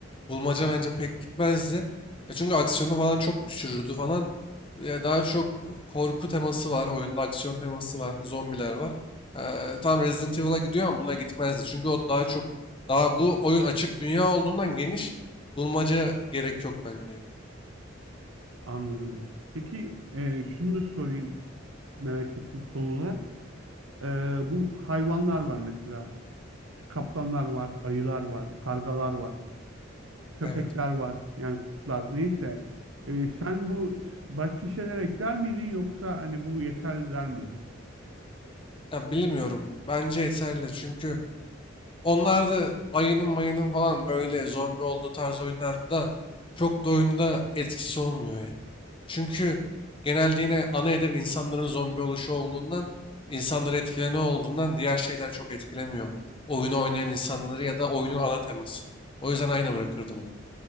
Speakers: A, on the left; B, on the right.
A: bulmaca
B: Hı
A: bence
B: hı.
A: pek gitmezdi. Ya çünkü aksiyonu falan çok düşürürdü falan. Ya daha çok korku teması var oyunda, aksiyon teması var, zombiler var. Ee, tam Resident Evil'a gidiyor ama buna gitmezdi. Çünkü o daha çok daha bu oyun açık dünya olduğundan geniş bulmaca gerek yok bence.
B: Anladım. Peki e, şunu da sorayım merak ettim son olarak. E, bu hayvanlar var mesela. Kaplanlar var, ayılar var, kargalar var. köpekler
A: Evet.
B: var. Yani kurtlar. Neyse. E, sen bu başka şeyler ekler miydin yoksa hani bu yeterli der miydin?
A: Ya bilmiyorum. Bence yeterli. Çünkü Onlar da ayının mayının falan böyle zombi olduğu tarz oyunlarda çok da oyunda etkisi olmuyor ya. Çünkü genelde yine ana hedef insanların zombi oluşu olduğundan, insanları etkilene olduğundan diğer şeyler çok etkilemiyor. Oyunu oynayan insanları ya da oyunun ana temasını. O yüzden aynı bırakırdım onu.